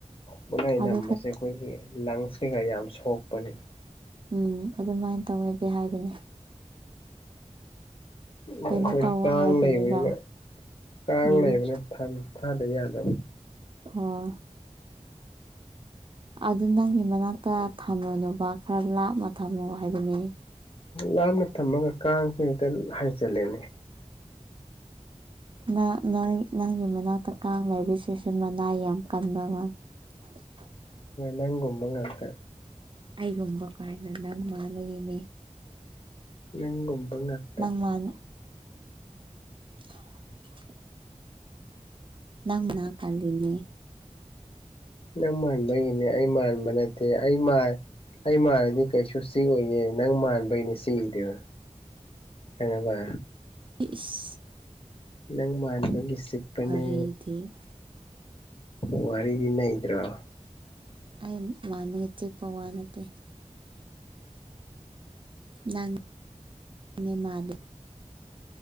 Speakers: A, on the left; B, on the right.
A: ꯃꯨꯠꯍꯩ
B: ꯑꯗꯨ
A: ꯅꯝꯕꯁꯦ ꯑꯩꯈꯣꯏꯒꯤ ꯂꯪꯁ ꯀꯩꯀꯥ ꯌꯥꯝ ꯁꯣꯛꯄꯅꯦꯕ
B: ꯎꯝ ꯑꯗꯨꯃꯥꯏꯅ ꯇꯧꯉꯗꯤ ꯍꯥꯏꯕꯅꯦ ꯀꯩꯅꯣ
A: ꯑꯩꯈꯣꯏꯗꯤ
B: ꯇꯧꯋꯣ
A: ꯀꯥꯡ
B: ꯍꯥꯏꯕꯅꯤꯗ
A: ꯂꯩꯕꯅꯤꯅ ꯀꯥꯡ
B: ꯎꯝ
A: ꯂꯩꯕꯅ ꯊꯝꯃꯤ ꯊꯥꯗ ꯌꯥꯔꯗꯕ
B: ꯑ ꯑꯗꯨ ꯅꯪꯒꯤ ꯃꯅꯥꯛꯇ ꯊꯝꯃꯨꯅꯣꯕ ꯈꯔ ꯂꯥꯞꯅ ꯊꯝꯃꯣ ꯍꯥꯏꯕꯅꯤꯅꯦ
A: ꯂꯥꯞꯅ ꯊꯝꯃꯒ ꯀꯥꯡꯁꯦ ꯍꯦꯛꯇ ꯍꯥꯏꯖꯜꯂꯦꯅꯦ
B: ꯅ ꯅꯪꯒꯤ ꯃꯅꯥꯛꯇ ꯀꯥꯡ ꯂꯩꯕꯤꯁꯤꯁꯨ ꯃꯅꯥꯏ ꯌꯥꯝ ꯀꯟꯕꯕ <unintelligible>
A: ꯅꯪꯒꯨꯝꯕ ꯉꯥꯛꯇ
B: ꯑꯩꯒꯨꯝꯕ ꯀꯥꯏꯅ ꯅꯪ ꯃꯥ ꯂꯩꯅꯦ
A: ꯅꯪ ꯀꯨꯝꯕ ꯉꯇ
B: ꯅꯪ ꯃꯥꯟ <unintelligible> ꯅꯪ ꯃꯥꯅꯥ ꯀꯗꯅꯤ
A: ꯅꯪ ꯃꯥꯟꯕꯒꯤꯅꯦ ꯑꯩ ꯃꯥꯟꯕ ꯅꯠꯇꯦ ꯑꯩ ꯃꯥꯏ ꯑꯩ ꯃꯥꯔꯗꯤ ꯀꯩꯁꯨ ꯁꯤ ꯑꯣꯏꯌꯦꯦ ꯅꯪ ꯃꯥꯟꯕꯩꯅꯦ ꯁꯤꯗꯣ ꯈꯪꯉꯕ
B: ꯏꯁꯤꯁ
A: ꯅꯪ ꯃꯥꯟꯕꯒꯤ ꯆꯤꯛꯄꯅꯦ
B: ꯋꯥꯔꯤꯗꯤ
A: ꯋꯥꯔꯤꯗꯤ ꯅꯗ꯭ꯔꯥ
B: ꯑꯩ ꯃꯃꯤꯒ ꯆꯦꯛꯄ ꯋꯥ ꯅꯠꯇ ꯅꯪꯅꯦ ꯃꯥꯂ